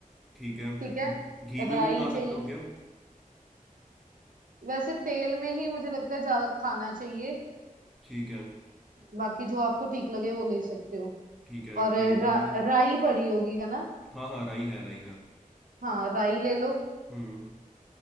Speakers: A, in the centre; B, on the right (about 70°).
A: ठीक है
B: ठीक है
A: घी में
B: राई
A: भी बना
B: चाहिए
A: सकता हूँ क्या
B: वैसे तेल में ही मुझे लगता है ज्यादा खाना चाहिए
A: ठीक है
B: बाकी जो आपको ठीक लगे वो ले सकते हो
A: ठीक है एक
B: और
A: तेल
B: रा,
A: ले लिया
B: राई पड़ी होगी है ना
A: हाँ हाँ राई है राई है
B: हाँ राई ले लो
A: हम्म